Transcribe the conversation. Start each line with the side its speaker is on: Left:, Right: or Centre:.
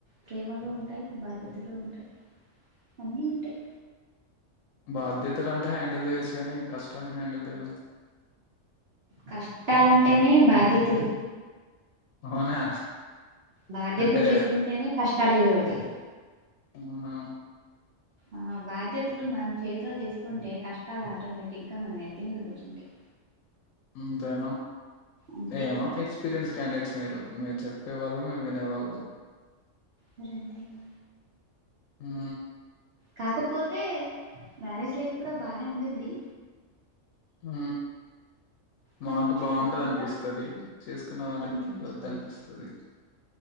Right: ప్రేమలు ఉంటాయి బాధ్యతలు ఉంటాయి అన్నీ ఉంటాయి
Left: బాధ్యతలన్టే హ్యాండిల్ చేయచ్చు కాని కష్టాలని హ్యాండిల్ చేయలేం
Right: కష్టాలంటేనే బాధ్యతలు
Left: అవునా
Right: బాధ్యతలు
Left: అంటే
Right: తీసుకుంటేనే కష్టాలు ఎదురవుతయ్
Left: అవునా
Right: ఆ బాధ్యతలు మనం చేతిలో తీసుకుంటే కష్టాలు ఆటోమేటిక్ గా మన నెత్తి మీద కూచుంటాయి
Left: అంతేనా
Right: అంతే
Left: ఏమో ఎక్స్పీరియన్స్ క్యాండేట్స్ మీరు మీరు చెప్పే వాళ్ళం మేము వినేవాళ్ళం
Right: మరి అంతేగా
Left: హ
Right: కాకపోతే మ్యారేజ్ లైఫ్ కూడా బానే ఉండిద్ది
Left: ఉ
Right: కొంచెం
Left: మాకు బాగుంటది
Right: కష్టంగా
Left: అనిపిస్తది చేసుకున్న వాళ్ళకి
Right: కొంచెం కష్టంగా
Left: వద్దు అనిపిస్తది